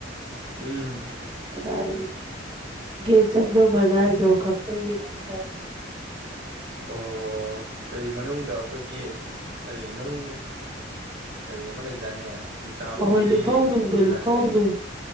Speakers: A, on the right; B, on the right.
A: ꯎꯝ
B: ꯑꯗꯥꯏ ꯒꯦꯠ ꯆꯪꯐꯝꯗꯥꯏꯗꯣ ꯈꯛꯇ ꯌꯦꯡꯉꯗꯧꯅꯤ
A: ꯑꯣ ꯀꯩ ꯃꯅꯨꯡꯗ ꯑꯩꯈꯣꯏꯒꯤ ꯀꯔꯤ ꯅꯨꯡ ꯀꯩ ꯑꯃ ꯂꯩ ꯂꯩꯗꯥꯏꯅꯦ ꯍꯤꯡꯆꯥꯕꯒꯤ
B: ꯍꯣꯏ ꯍꯣꯏ ꯂꯨꯐꯧ ꯅꯨꯡꯗꯣ
A: ꯅꯂꯦ
B: ꯂꯨꯐꯧ ꯅꯨꯡ